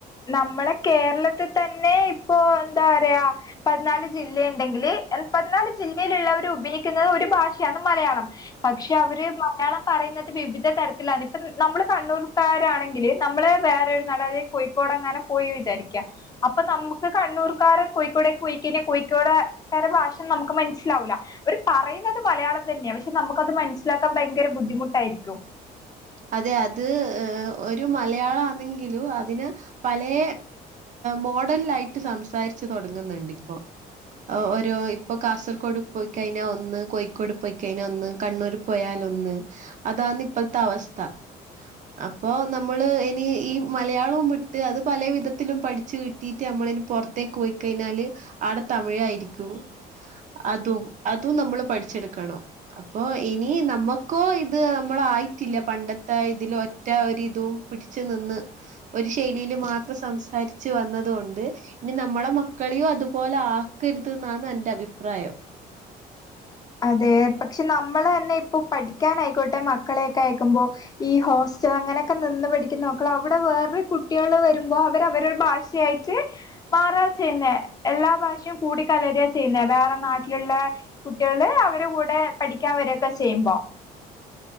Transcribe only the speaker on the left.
നമ്മളെ കേരളത്തി തന്നെ ഇപ്പൊ ന്താ റയാ? പതിനാല് ജില്ല ണ്ടെങ്കില് പതിനാല് ജില്ലയിലുള്ളവര് ഉപയോഗിക്കുന്നത് ഒരു ഭാഷയാണ് മലയാളം പക്ഷെ അവര് മലയാളം പറയുന്നത് വിവിധ തരത്തിലാണ് ഇപ്പം നമ്മള് കണ്ണൂർക്കാരാണെങ്കില് നമ്മള് വേറെ ഒരു നട ല്ലെ കോഴിക്കോട് ങ്ങാനു പോയി വിചാരിക്കാ. അപ്പൊ നമുക്ക് കണ്ണൂർക്കാരെ കോയിക്കോടെക് കോയിക്കിന് കോയിക്കോട് കാരെ ഭാഷം നമുക്ക് മൻസ്സിലാവൂല. ഓര് പറയുന്നത് മലയാളം തെന്ന്യ പക്ഷെ നമുക്കത് മനസ്സിലാക്കാൻ ഭയങ്കര ബുദ്ധിമുട്ടായിരിക്കും.
അതെ പക്ഷെ നമ്മള് തന്നെ ഇപ്പൊ പഠിക്കനായിക്കോട്ടെ മക്കളെയൊക്കെ ആയക്കുമ്പോ ഈ ഹോസ്റ്റൽ അങ്ങനെയൊക്കെ നിന്ന് പഠിക്കുന്ന നോക്കള അവിടെ വേറെ കുട്ടികള് വരുമ്പോൾ അവര അവരുടെ ഭാഷ ഷയായിട്ട് മാറ ചെയ്യുന്നേ എല്ലാ ഭാഷയും കൂടി കലറുക ചെയ്യുന്നേ വേറെ നാട്ടിലുള്ളെ കുട്ടികള് അവരെ കൂടെ പഠിക്കാൻ വരൊക്കെ ചെയ്യുമ്പോ-